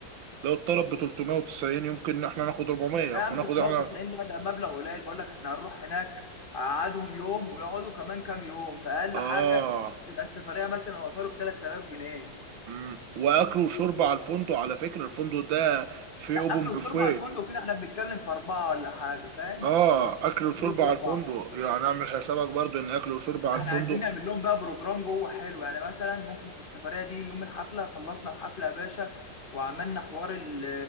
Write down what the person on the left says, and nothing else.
لا يا عم
390
لا ده مبلغ قليل بقول لك احنا هنروح هناك قعدهم يوم ويقعدوا كمان كام يوم فاقل
حاجه تبقى السفريه مثلا وصلوا ب 3000 جنيه
لا
اكل
وشرب على الفندق كده احنا بنتكلم في اربعه ولا حاجه فاهم
ما تخش- ما
تخرجش
اربعه
احنا
عايزين نعمل لهم بقى بروجرام جوه حلو يعني مثلا ممكن في السفرية دي يوم الحفلة خلصنا الحفلة يا باشا وعملنا حوار ال-